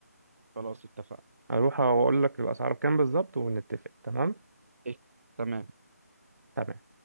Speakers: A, on the right; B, on the right.
A: خلاص اتفقنا
B: هروح واقول لك الاسعار بكام بالظبط ونتفق تمام
A: إيه، تمام
B: تمام